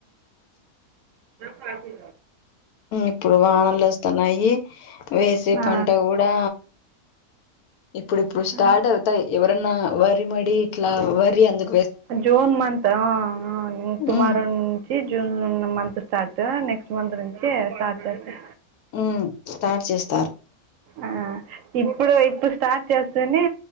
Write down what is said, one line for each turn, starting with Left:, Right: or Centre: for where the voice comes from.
Right: ప్రజ
Left: ఇప్పుడు వానలు వస్తన్నాయి వేసే
Right: ఆ
Left: పంట కూడా ఇప్పుడుప్పుడు స్టార్ట్
Right: ఆ.
Left: అవుతాయి ఎవరన్నా వరి మడి ఇట్లా వరి అందు
Right: జూన్ మంత్ ఆ టుమారో
Left: ఉమ్
Right: నుంచి June month start next month నుంచి స్టార్ట్ చేస్తా
Left: హ్మ్ స్టార్ట్ చేస్
Right: ఆ ఇప్పుడు ఇప్పుడు స్టార్ట్ చేస్తేనే